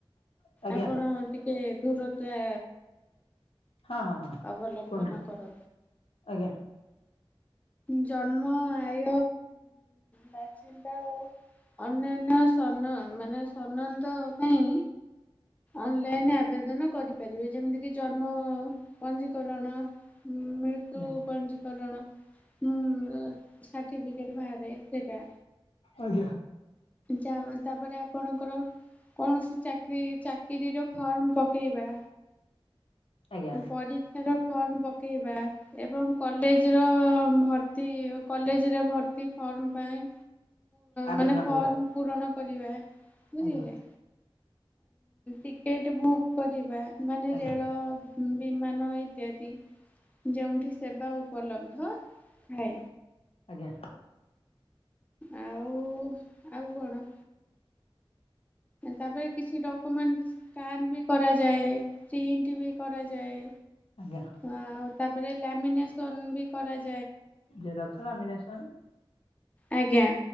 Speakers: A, on the left (about 85°); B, on the left (about 15°).
A: ଆଜ୍ଞା।
B: ଆପଣ ଟିକେ ଦୂରତା
A: ହଁ ହଁ ହଁ
B: ଅବଲମ୍ବନ
A: କୁହନ୍ତୁ
B: କରନ୍ତୁ।
A: ଆଜ୍ଞା।
B: ଜନ୍ମ ଆୟ ବାଚିନ୍ଦ ଓ ଅନ୍ୟାନ୍ୟ ସନ ମାନେ ସନନ୍ଦ ପାଇଁ ଅନଲାଇନ ଆବେଦନ କରିପାରିବେ ଯେମିତି କିି ଜନ୍ମ ପଞ୍ଜୀକରଣ ହଁ ମେ ତୁ
A: ଆଜ୍ଞା
B: ପା କରନା ହୁଁ ସର୍ଟିଫିକେଟ ବାହାରାରେ ସେଟା
A: ଆଜ୍ଞା
B: ଯ ତାପରେ ଆପଣଙ୍କର କୌଣସି ଚାକିର ଚାକିରୀର ଫର୍ମ ପକେଇବା
A: ଆଜ୍ଞା
B: ପରୀକ୍ଷାର ଫର୍ମ ପକେଇବା ଏବଂ କଲେଜ ର ଭର୍ତି କଲେଜରେ ଭର୍ତ୍ତି ଫର୍ମ ପାଇଁ
A: ଆବେଦନ
B: ମାନେ
A: କରିବା
B: ଫର୍ମ ପୂରଣ କରିବା ବୁଝିଲେ
A: ଆଜ୍ଞା
B: ଟିକେଟ ବୁକ୍ କରିବା ମାନେ
A: ଆଜ୍ଞା
B: ରେଳ ବିମାନଇ ଇତ୍ୟାଦି ଯେଉଠି ସେବା ଉପଲବ୍ଧ ଥାଏ
A: ଆଜ୍ଞା
B: ଆଉ ଆଉ କଣ ତାପରେ କିଛି ଡକୁମେଣ୍ଟ କାନ ବି କରାଯ ଯାଏ ବି କରାଯ ଯାଏ
A: ଆଜ୍ଞା
B: ଆ ତାପରେ ଲ୍ୟାମିନସନ ବି କରାଯା
A: ଯେ ରକ୍ସର ଅମିନ ସର
B: ଆଜ୍ଞା